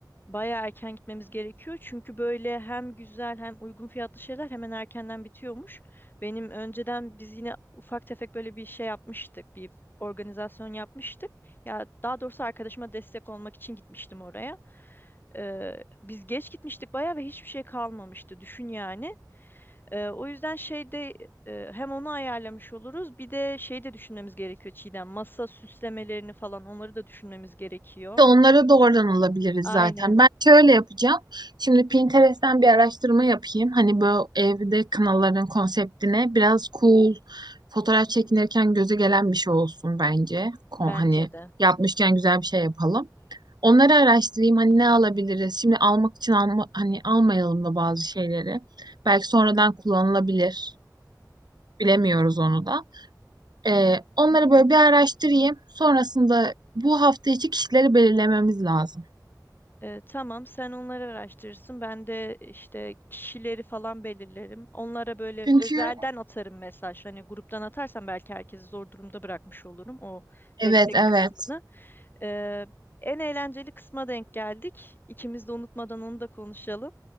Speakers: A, on the left (about 30°); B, on the right (about 75°).
A: Bayağı erken gitmemiz gerekiyor. Çünkü böyle hem güzel hem uygun fiyatlı şeyler hemen erkenden bitiyormuş. Benim önceden biz yine ufak tefek böyle bir şey yapmıştık. Bir organizasyon yapmıştık. Ya daha doğrusu arkadaşıma destek olmak için gitmiştim oraya. Ee, biz geç gitmiştik bayağı ve hiçbir şey kalmamıştı. Düşün yani. Ee, o yüzden şeyde e, hem onu ayarlamış oluruz. Bir de şey de düşünmemiz gerekiyor Çiğdem. Masa süslemelerini falan onları da düşünmemiz gerekiyor.
B: İşte onlara doğrudan alabiliriz
A: Aynen
B: zaten. Ben şöyle yapacağım. Şimdi Pinterest'ten bir araştırma yapayım. Hani bu evde kınaların konseptine biraz cool, fotoğraf çekinirken göze gelen bir şey olsun bence. Ko-
A: bence
B: Hani
A: de.
B: yapmışken güzel bir şey yapalım. Onları araştırayım. Hani ne alabiliriz? Şimdi almak için alma, hani almayalım da bazı şeyleri. Belki sonradan kullanılabilir. Bilemiyoruz onu da. Ee, onları böyle bir araştırayım. Sonrasında bu hafta içi kişileri belirlememiz lazım.
A: Ee, tamam, sen onları araştırırsın. Ben de işte kişileri falan belirlerim. Onlara böyle
B: Çünkü
A: özelden atarım mesaj. Hani gruptan atarsam belki herkesi zor durumda bırakmış olurum o
B: evet
A: destek
B: evet.
A: kısmını. Ee, en eğlenceli kısma denk geldik. İkimiz de unutmadan onu da konuşalım.